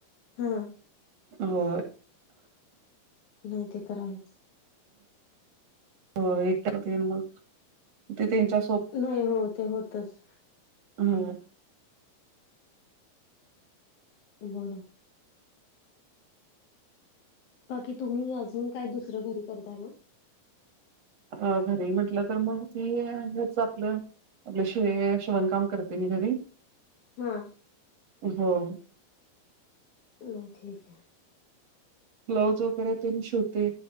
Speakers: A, on the left; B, on the right.
A: हां
B: होय,
A: नाही ते तर आहेच.
B: हो एकटतेन मग तेंच्या,
A: नाही हो ते होतच.
B: ह
A: अ बोला, बाकी तुम्ही अजून काय दुसरं घरी करताय मग.
B: अ घरी म्हटलं तर मग ती हेच आपलं, आपले शे शेवणकाम करते मी घरी.
A: हा,
B: होय,
A: नई ठीक हाय.
B: ब्लाऊज वगैरे ते शिवते